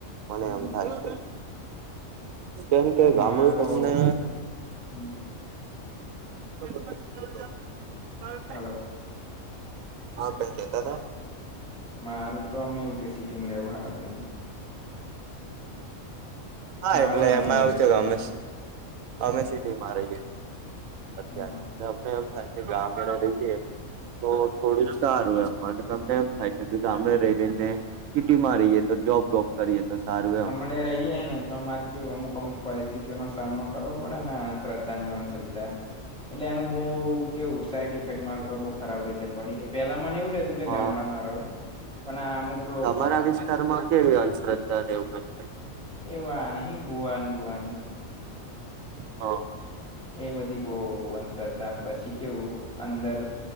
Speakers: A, on the right (about 75°); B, in the centre.
A: મને
B: હમ
A: એમ થાય છે. કેમ કે
B: ના
A: ગામડું
B: મારું બઉ
A: તમને
B: હમ
A: <inaudible>
B: હલો
A: હા કંઈ કેતા તા?
B: મારું તો ઓમ એવું કે સિટીમાં રેવું હારું એમ
A: હા
B: મારું
A: એટલે
B: માનવું
A: એમાં એવું થયું
B: છે
A: કે અમે સી અમે સિટીમાં રહીએ અત્યારે
B: હા
A: ને અમને એમ થાય કે ગામડે રહીએ તો થોડું સારું એમ મને તમને એમ થાય કે ગામડે રહી રહી ને. સિટીમાં રહીએ તો જોબ બોબ કરીએ તો સારું એમ.
B: ને રહીએ ને તો અમારે કેવું અમુક અમુક પરિસ્થિતિઓનો સામનો કરવો પડે ને અંધશ્રદ્ધ તન બન શ્રદ્ધા એટલે એનું બહુ કેવું સાઈડ ઇફેક્ટ માર ઉપર બહુ ખરાબ રીતે પડી હે પેલા મને એવું જ હત તું કે
A: હા
B: ગામડામાં રહું પણ આ અમુક લોક
A: તમારા વિસ્તારમાં કેવી અંધશ્રદ્ધા ને એવું કાંઈ?
B: એવા નહીં બુઆ ન બુવાની
A: હોવ
B: એ બધી બહુ અંધશ્રદ્ધા પછી કેવું અંદર